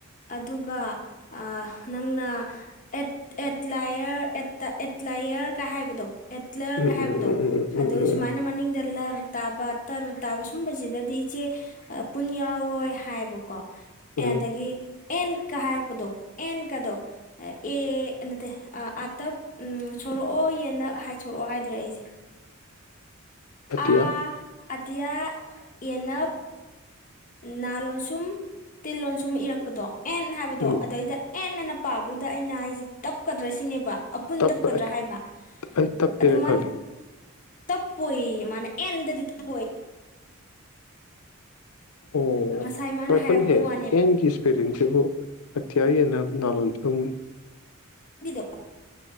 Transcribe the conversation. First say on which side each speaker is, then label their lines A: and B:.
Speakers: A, on the left (about 35°); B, on the left (about 90°).
A: ꯑꯗꯨꯒ ꯑꯥ ꯅꯪꯅ ꯑꯦꯠ ꯑꯦꯠꯂꯥꯏꯌꯔ ꯑꯦꯠꯇ ꯑꯦꯠꯂꯥꯏꯌꯔꯒ ꯍꯥꯏꯕꯗꯣ ꯑꯦꯠꯂꯔꯒ
B: ꯎꯝ
A: ꯍꯥꯏꯕꯗꯣ
B: ꯎꯝ ꯎꯝ ꯎꯝ ꯎꯝ ꯎꯝ
A: ꯑꯗꯣ
B: ꯎꯝ ꯎꯝ
A: ꯁꯨꯃꯥꯏꯅ ꯗ ꯂꯔ ꯇꯥꯕ ꯇꯔ ꯇꯥꯕ ꯁꯨꯝꯕꯁꯤꯅꯗꯤ ꯏꯆꯦ ꯑꯄꯨꯟ ꯌꯥꯎꯔꯣꯏ ꯍꯥꯏꯕ ꯀꯣ
B: ꯎꯝ
A: ꯑꯦꯗꯒꯤ
B: ꯎꯝ
A: ꯑꯦꯟꯀ ꯍꯥꯏꯔꯛꯄꯗꯣ ꯑꯦꯟꯀꯗꯣ ꯑꯦ ꯅꯠꯇꯦ ꯑꯥꯇꯞ ꯎꯝ ꯁꯣꯔꯛꯑꯣ ꯌꯦꯅ ꯍꯥꯏ ꯁꯣꯔꯛꯑꯣ ꯍꯥꯏꯗꯧꯔꯦ ꯑꯩꯁꯦ
B: ꯑꯇꯤꯌꯥ
A: ꯑꯥ ꯑ ꯑꯦꯌꯥ ꯌꯦꯅꯞ ꯅꯥ ꯂꯣꯟꯁꯨꯝ ꯇꯤꯟ ꯂꯣꯟꯁꯨꯝ ꯏꯔꯛꯄꯗꯣ ꯑꯦꯟ ꯍꯥꯏꯕꯗꯣ
B: ꯎꯝ
A: ꯑꯗꯩꯗ ꯑꯦꯟ ꯑꯅ ꯄꯥꯕꯗꯨ ꯑꯗ ꯑꯩꯅ ꯍꯥꯏꯁꯤ ꯇꯞꯀꯗ꯭ꯔ ꯁꯤꯅꯦꯕ ꯑꯄꯨꯟ
B: ꯇꯞꯄ
A: ꯇꯞꯀꯗ꯭ꯔꯥ ꯍꯥꯏꯕ
B: ꯑꯩ ꯇꯞꯄꯦꯅ
A: ꯑꯣ ꯃꯥꯅ
B: ꯈꯜꯂꯦ
A: ꯇꯞꯄ ꯃꯅꯦ ꯑꯦꯗꯗꯤꯇꯄ
B: ꯑꯣꯈꯣꯟ
A: ꯉꯁꯥꯏ ꯃꯥꯅ ꯍꯥꯏꯔꯛꯄꯩ
B: ꯍꯦ
A: ꯋꯥꯅꯦꯕ
B: ꯑꯦꯡꯁ ꯐꯔꯤꯁꯤꯦꯕꯨꯣ ꯑꯇꯤꯏꯅ ꯅꯂ ꯊꯨꯝ
A: ꯅꯨꯗ